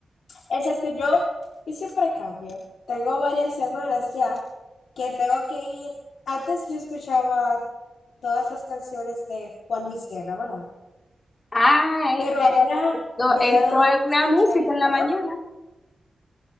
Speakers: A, on the left; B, on the left.
A: exacto, yo, yo siempre cambio. Tengo varias semanas ya que tengo que ir. Antes yo escuchaba todas las canciones de Juan Luis Guerra, ¿verdad?
B: Ay,
A: Pero ahora
B: no,
A: me
B: esto
A: ha dado
B: es
A: por
B: una
A: escuchar.
B: música en la
A: Ajá.
B: mañana.